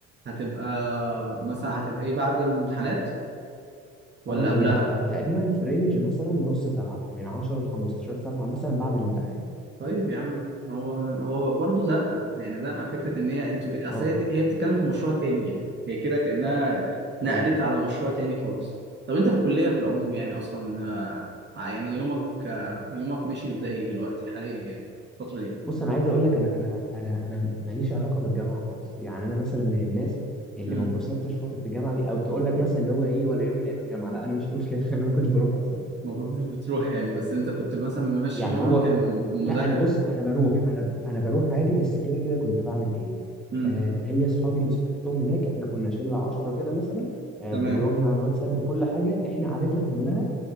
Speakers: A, on the right; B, in the centre.
A: هتبقى مثلا هتبقى ايه بعد الامتحانات ولا
B: اه
A: قبلها
B: هي هتبقى تقريبا في رينج مثلا نص سبعه من 10 ل 15 سبعه مثلا بعد الامتحان
A: طيب يا عم هو من هو برضه زنقه يعني زنقه فكره ان هي انتوا ك- اصل
B: اه
A: هي هي بتتكلم في مشروع تاني يعني هي كده كانها نقلت
B: اه
A: على مشروع تاني خالص طب انت في الكليه في العموم يعني اصلا آه، ع- يعني يومك آه، يومك ماشي ازاي دلوقتي حاليا يعني الفتره دي
B: بص انا عايز اقول لك انا انا انا انا ماليش علاقه بالجامعه خالص يعني انا مثلا من الناس اللي
A: امم
B: ما اتبسطتش فتره الجامعه دي او تقول لك مثلا اللي هو ايه ولا يوم من ايام الجامعه لا انا مش هقول كده <laughs> انا ما كنتش بروح اصلا
A: المفروض مش بتروح يعني بس انت كنت مثلا ممشي
B: يعني
A: يومك
B: هو
A: ان مذاكره
B: لا انا بص انا بروح انا انا بروح عادي بس كده كده كنت بعمل ايه
A: امم
B: آه هي اصحابي اللي صاحبتهم هناك احنا كنا شله 10 كده مثلا آه
A: تمام
B: بجروبنا على الواتساب بكل حاجه احنا عادتنا كلها